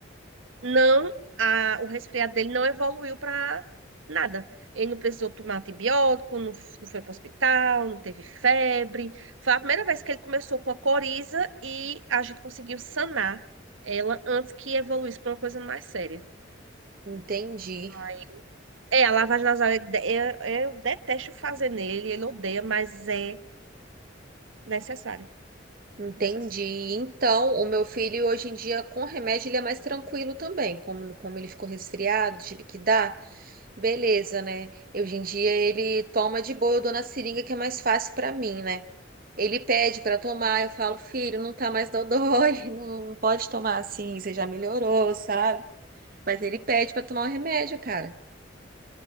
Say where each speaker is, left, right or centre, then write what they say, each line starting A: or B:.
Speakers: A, on the right; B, on the right.
A: não, a, o resfriado dele não evoluiu para nada. Ele não precisou tomar antibiótico, não, f- não foi para o hospital, não teve febre. Foi a primeira vez que ele começou com a coriza e a gente conseguiu sanar ela antes que evoluísse para uma coisa mais séria.
B: Entendi,
A: Ai, É, a lavagem nasal, eu, de- eu, eu detesto fazer nele, ele odeia, mas é necessário.
B: entendi.
A: Necessário.
B: Então, o meu filho hoje em dia, com remédio, ele é mais tranquilo também. Como, como ele ficou resfriado, tive que dar. Beleza, né? Hoje em dia ele toma de boa, eu dou na seringa que é mais fácil pra mim, né? Ele pede pra tomar, eu falo, filho, não tá mais dodói, <laughs> não não pode tomar assim, você já melhorou, sabe? Mas ele pede pra tomar o remédio, cara.